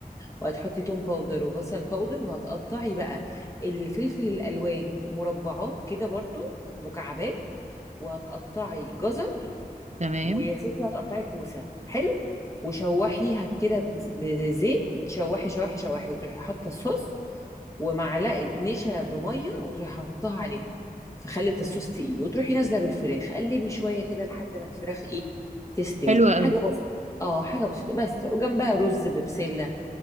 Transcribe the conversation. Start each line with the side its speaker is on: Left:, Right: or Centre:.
Left: وهتحطي توم باودر وبصل باودر وهتقطعي بقى الفلفل الالوان مربعات كده برضو مكعبات وهتقطعي جزر
Right: تمام
Left: ويا ستي هتقطعي كوسه حلو وشوحيها كده بز- بزيت شوحي شوحي شوحي وتروحي حاطه الصوص ومعلقه نشا بميه وتروحي حاطاها عليها فخلت الصوص تقيل وتروحي نازله بالفراخ قلبي شويه كده لحد ما الفراخ ايه تستوي
Right: حلو أوي
Left: حاجه بسيطه اه حاجه بسيطه بس وجنبها رز ببسله